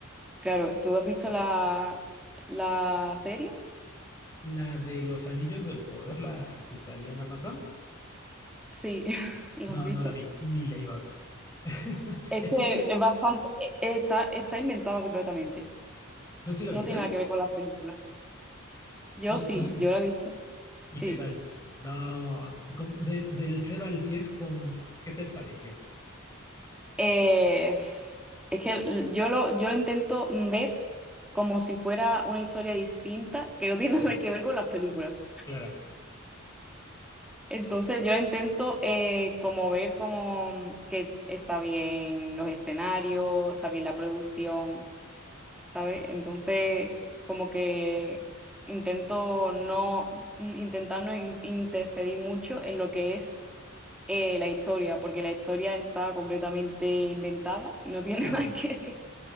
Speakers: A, in the centre; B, on the left.
A: claro, ¿tú has visto la, la serie?
B: La de Los Anillos del Poder, la que salió en Amazon.
A: Sí, <laughs> ¿la
B: No,
A: has visto?
B: no la vi, ni la iba a ver. <laughs>
A: Es
B: Es
A: que
B: que soy,
A: es bastante, e- está, está inventada completamente.
B: tú sí la
A: No
B: viste,
A: tiene
B: ¿eh?
A: nada que ver con las películas. Yo
B: ¿Tú,
A: sí,
B: tú sí,
A: yo la he visto.
B: ¿Y
A: Sí.
B: qué tal? No, ¿cómo? del, del cero al 10, ¿con qué te pareció?
A: Eh, es que l- yo lo, yo lo intento ver como si fuera una historia distinta que no tiene
B: Ajá,
A: <laughs> nada que ver con las películas.
B: claro,
A: Entonces yo intento eh, como ver como mm, que está bien los escenarios, está bien la producción, ¿sabes? Entonces como que intento no, mm, intentar no in- interferir mucho en lo que es eh, la historia, porque la historia está completamente inventada y no tiene
B: ajá.
A: <laughs> nada que ver.